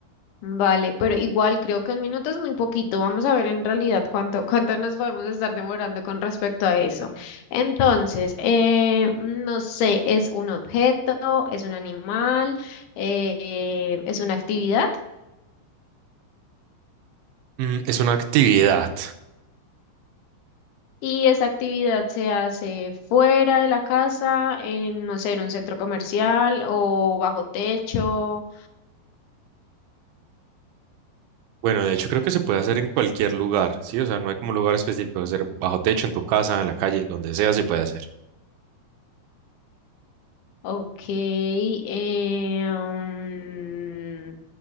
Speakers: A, on the left; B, on the right.
A: Vale, pero igual creo que un minuto es muy poquito. Vamos a ver en realidad cuánto, cuánto nos podemos estar demorando con respecto a eso. Entonces, eh, no sé, ¿es un objeto, es un animal, eh, es una actividad?
B: Mm, es una actividad.
A: Y esa actividad se hace fuera de la casa, en, no sé, en un centro comercial o bajo techo.
B: Bueno, de hecho creo que se puede hacer en cualquier lugar, ¿sí? O sea, no hay como un lugar específico, hacer bajo techo, en tu casa, en la calle, donde sea se puede hacer.
A: Ok. eh, mm,